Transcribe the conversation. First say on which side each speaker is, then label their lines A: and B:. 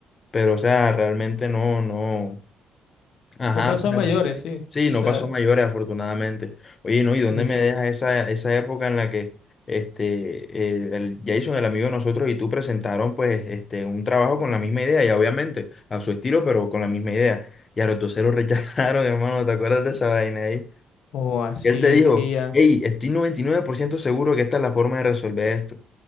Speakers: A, on the left (about 35°); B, on the left (about 75°).
A: pero, o sea, realmente no, no, ajá,
B: No pasó
A: o sea.
B: a mayores, sí. O
A: Sí, no
B: sea,
A: pasó a mayores, afortunadamente. Oye, no, ¿y dónde
B: sí.
A: me deja esa, esa época en la que este, eh, el Jason, el amigo de nosotros, y tú presentaron pues este, un trabajo con la misma idea, y obviamente a su estilo, pero con la misma idea? Y a los dos se lo rechazaron, <laughs> hermano, ¿te acuerdas de esa vaina ahí?
B: O así,
A: Y él te dijo,
B: sí, ya.
A: hey, estoy 99% seguro que esta es la forma de resolver esto.